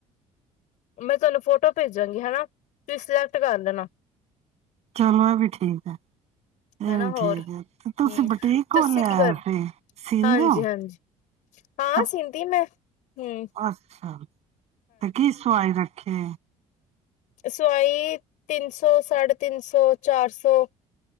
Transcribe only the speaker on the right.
ਚਲੋ ਏ ਵੀ ਠੀਕ ਐ। ਏ
ਵੀ
ਠੀਕ ਐ, ਤੇ ਤੁਸੀ
ਬਟੀਕ ਖੋਲੇਆ
ਏ? <inaudible> ਸੀਲਦੇ
ਓ
ਕ
ਅੱਛਾ, ਤੇ ਕੀ ਸਵਾਈ ਰੱਖੀ ਏ?